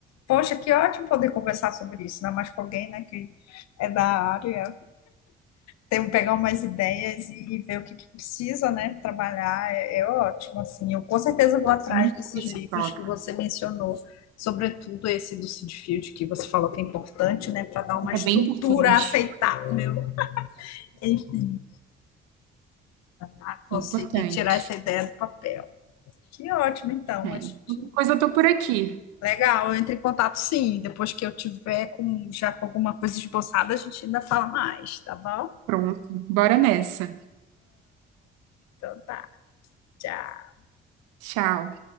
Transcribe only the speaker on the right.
É muito
boa essa
troca.
É bem importante.
Importante.
Bem,
qualquer coisa eu tô por aqui.
Pronto, bora nessa.
Tchau.